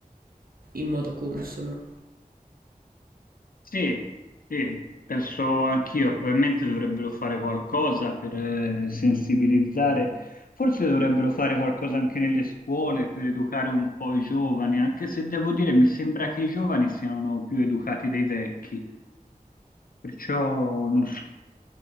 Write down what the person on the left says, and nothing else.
Sì, sì, penso anch'io, probabilmente dovrebbero fare qualcosa per eh, sensibilizzare, forse dovrebbero fare qualcosa anche nelle scuole per educare un po' i giovani, anche se devo dire mi sembra che i giovani siano più educati dei vecchi, perciò non so,